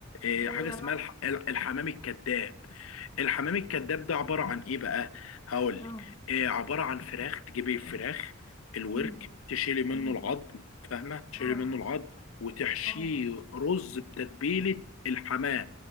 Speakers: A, on the left; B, on the left.
A: آه،
B: ايه
A: حاجه اسمها
B: هي بقى
A: الح- الحمام الكذاب الحمام الكذاب ده عباره عن ايه بقى هقول
B: اه
A: لك إيه عباره عن فراخ تجيبي الفراخ الورك
B: امم
A: تشيلي منه
B: أمم.
A: العظم فاهمه تشيلي
B: اه
A: منه العظم وتحشيه
B: اه
A: رز بتتبيله الحمام